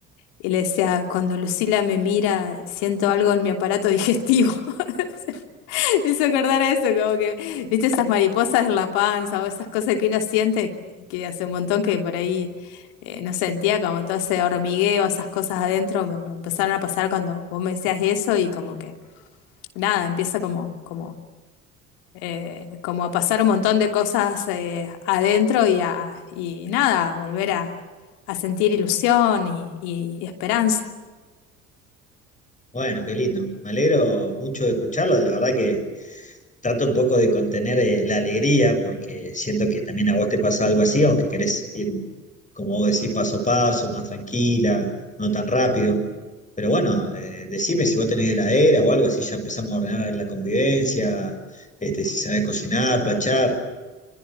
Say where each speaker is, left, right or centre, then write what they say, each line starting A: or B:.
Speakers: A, on the left; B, on the left.
A: y le decía, cuando Lucila me mira, siento algo en mi aparato digestivo. <laughs> <laughs> Me hizo acordar a eso, como que, viste, esas mariposas en la panza o esas cosas que uno siente que hace un montón que por ahí eh, no sentía, como todo ese hormigueo, esas cosas adentro, me, me empezaron a pasar cuando vos me decías eso y como que, nada, empieza como, como, eh, como a pasar un montón de cosas eh, adentro y, a, y nada, a volver a, a sentir ilusión y, y- y esperanza.
B: Bueno, qué lindo. Me alegro mucho de escucharlo. La verdad que trato un poco de contener eh, la alegría porque siento que también a vos te pasa algo así, aunque querés ir, como vos decís, paso a paso, más tranquila, no tan rápido. Pero bueno, eh, decime si vos tenés heladera o algo así, ya empezamos a ordenar la convivencia, este, si sabés cocinar, planchar.